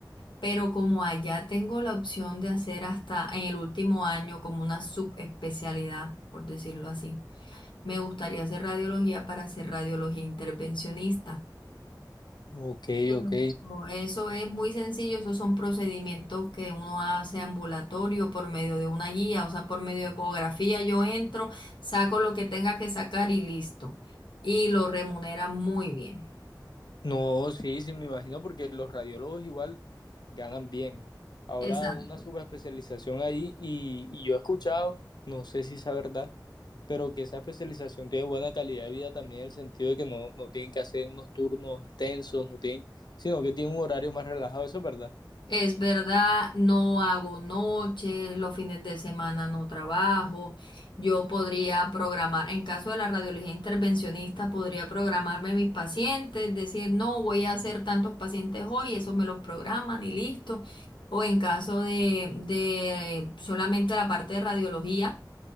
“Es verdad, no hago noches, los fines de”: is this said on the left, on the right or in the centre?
Left